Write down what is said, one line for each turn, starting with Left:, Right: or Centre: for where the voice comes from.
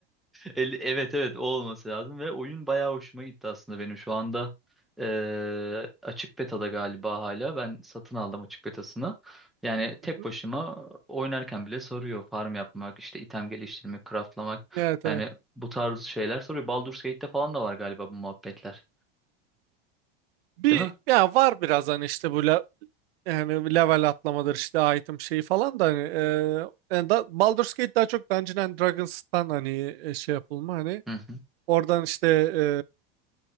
Centre: El- evet evet o olması lazım ve oyun bayağı hoşuma gitti aslında benim şu anda eee, açık betada galiba hala ben satın aldım açık betasını. Yani tek
Right: <laughs>
Centre: başıma oynarken bile soruyor farm yapmak, işte item geliştirmek, craftlamak.
Right: Evet
Centre: Yani
Right: evet.
Centre: bu tarz şeyler soruyor. Baldur's Gate'te falan da var galiba bu muhabbetler.
Right: Bir
Centre: Değil mi?
Right: ya var biraz hani işte böyle Yani level atlamadır işte item şeyi falan da hani e, yani da, Baldur's Gate daha çok Dungeons and Dragons'tan hani e, şey yapılma hani
Centre: Hı hı.
Right: oradan işte e,